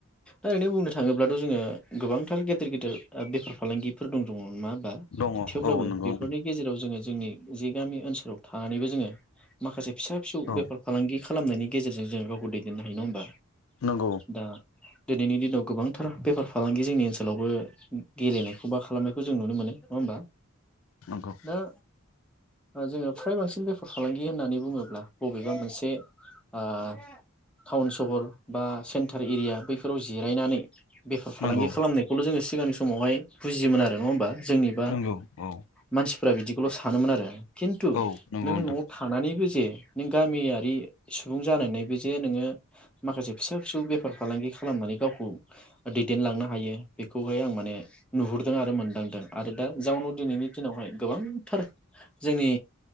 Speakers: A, in the centre; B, on the left.
A: ओरैनो बुंनो थाङोब्लाथ' जोङो गोबांथार गेदेर गेदेर ओ बेफार फालांगिफोर दं। दङ मा? दा
B: दङ
A: थेवब्लाबो
B: औ नंगौ
A: बेफोरनि गेजेराव जोङो जोंनि जि गामि ओनसोलाव थानानैबो जोङो माखासे फिसा फिसौ
B: औ
A: बेफार फालांगि खालामनायनि गेजेरजों जों गावखौ दैदेननो नङा होनबा?
B: नंगौ
A: दा दिनैनि दिनाव गोबांथार बेफार फालांगि जोंनि ओनसोलावबो गेलेनायखौ बा खालामनाय खौ जों नुनो मोनो नङा होमबा?
B: नगौ
A: दा जोङो फ्राय बांसिन बेफार फालांगि होननानै बुङोब्ला बबेबा मोनसे ओ टाउन सहर बा सेन्टार एरिया बैफोराव जिरायनानै बेफार फालांगि
B: नंगौ
A: खालामनायखौल' जोङो सिगांनि समावहाय बुजियोमोन आरो नङा होमबा? जोंनिबा
B: नंगौ औ
A: मानसिफ्रा बिदि बेखौल' सोमोन आरो खिन्थु
B: औ नंगौ
A: नों
B: नोंथां
A: न'आव थानानैबो जे नों गामियारि सुबुं जानायानानै बे जे नोङो माखासे फिसा फिसौ बेफार फालांगि खालामनानै गावखौ दैदेनलांनो हायो बेखौहाय आं माने नुहुर दों आरो मोनदांदों आरो दा जाउनाव दिनैनि दिनावहाय गोबांथार जोंनि